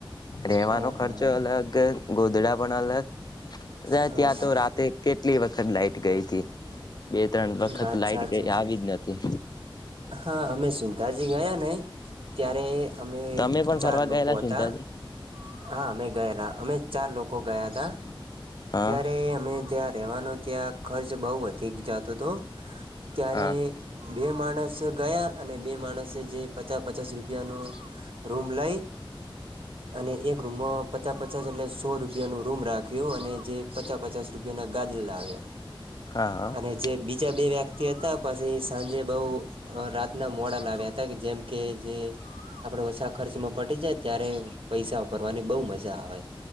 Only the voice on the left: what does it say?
રહેવાનો
ખર્ચો
અલગ ગોદડા. પણ અલગ
ત્યાં
તો રાતે કેટલી વખત લાઈટ. ગઈ હતી બે ત્રણ વખત
લાઈટ
ગઈ
આવી જ નથી
તમે પણ
ફરવા
ગયેલા છો
ને ત્યાંથી
હા
હા
હા હા